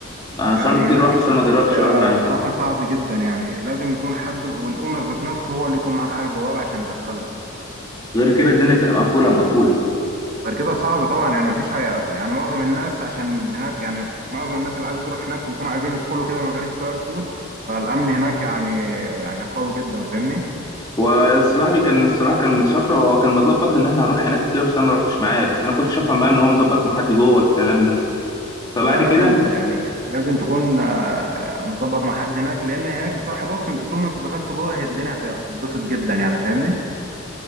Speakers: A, on the left; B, on the right.
A: انا
B: يعني
A: صاحبي
B: هناك
A: كتير راح بس
B: الدخول
A: انا ما جربتش
B: آه،
A: اروح معاه
B: بصراحه صعب جدا يعني لازم يكون حد والاونر ذات نفسه هو اللي يكون معاك على البوابه عشان يدخلك
A: غير كده الدنيا تبقى مقفوله مقفوله
B: غير كده صعب طبعا يعني مفيش حاجة يعني معظم الناس عشان هناك يعني معظم الناس اللي عايزه تروح هناك بيكونوا عايزين يدخلوا كده من غير كار كود فالامن هناك يعني يعني قوي جدا فاهمني
A: وصاحبي كان الصراحه كان مسكر هو كان مظبط ان احنا هنروح هناك وكده بس انا ما رحتش معاه بس انا كنت شايفها بقى ان هو مظبط مع حد جوه الكلام ده فبعد
B: لا
A: كده
B: لازم بز- يعني لازم تكون آه، مظبط مع حد هناك لان هناك بصراحه بص انت طول ما انت دخلت جوه هي الدنيا هت- هتتبسط جدا يعني فاهمني